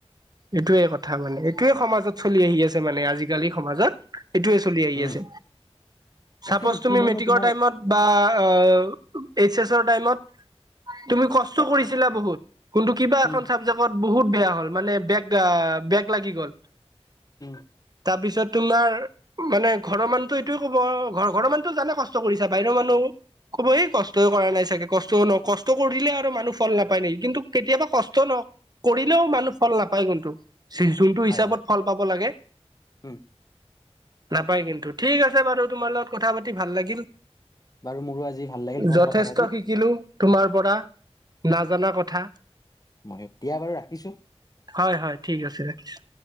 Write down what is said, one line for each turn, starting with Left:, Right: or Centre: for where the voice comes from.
Right: এইটোৱে কথা মানে। এইটোৱে সমাজত চলি আহি আছে মানে আজিকালি সমাজত। এইটোৱেই চলি আহিছে।
Left: উম তাকেতো
Right: সাপ'চ তুমি
Left: কিমানে
Right: মেট্ৰিকৰ
Left: তোমাৰ
Right: টাইমত বা অ', এইচ এছৰ টাইমত তুমি কষ্ট কৰিছিলা বহুত। কোনটো কিবা
Left: উম
Right: এখন চাবজেক্টত বহুত বেয়া হ'ল মানে বেগ বেগ লাগি গ'ল।
Left: উম
Right: তাৰপিছত তোমাৰ মানে ঘৰৰ মানুহটো এইটোৱে ক'ব, ঘৰ ঘৰৰ মানুহটো জানে কষ্ট কৰিছা বাহিৰৰ মানুহ ক'ব এই কষ্টই কৰা নাই চাগে। কষ্ট কষ্ট কৰি দিলে আৰু মানুহ ফল নাপায় নেকি? কিন্তু কেতিয়াবা কষ্ট কৰিলেও মানুহ ফল নাপ কিন্তু যি যোনটো
Left: হয়
Right: হিচাপত
Left: হয়
Right: ফল পাব লাগে।
Left: উম
Right: নাপাই কিন্তু, ঠিক আছে বাৰু তোমাৰ লগত কথা পাতি ভাল লাগিল।
Left: বাৰু মোৰো আজি ভাল লাগিল তোমাৰ
Right: যথেষ্ট
Left: লগত কথা পাতি
Right: শিকিলো তোমাৰ পৰা। নাজানা কথা।
Left: মই এতিয়া বাৰু ৰাখিছোঁ।
Right: হয়, হয়, ঠিক আছে ৰাখিছোঁ।